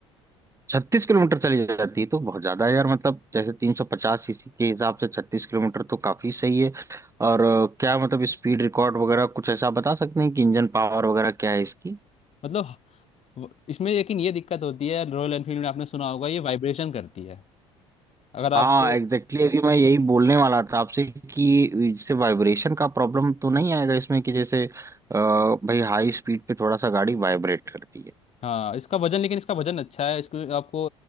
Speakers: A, on the right (about 20°); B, on the left (about 45°).
A: छत्तीस किलोमीटर चली जाती है तो बहुत ज्यादा है यार मतलब जैसे तीन सौ पचास सीसी के हिसाब से छत्तीस किलोमीटर तो काफी सही है और अ, क्या मतलब स्पीड रिकॉर्ड वगैरह कुछ ऐसा बता सकते हैं कि इंजन पावर वगैरह क्या है इसकी
B: मतलब वो- इसमें लेकिन ये दिक्कत होती है रॉयल एनफील्ड में आपने सुना होगा ये वाइब्रेशन करती है अगर आपको
A: हाँ एग्जैक्टली exactly, अभी मैं यही बोलने वाला था आपसे कि इससे वाइब्रेशन का प्रॉब्लम तो नहीं आएगा इसमें कि जैसे अ, भाई हाई स्पीड पे थोड़ा सा गाड़ी वाइब्रेट करती है
B: हाँ इसका वजन लेकिन इसका वजन अच्छा है इसको आपको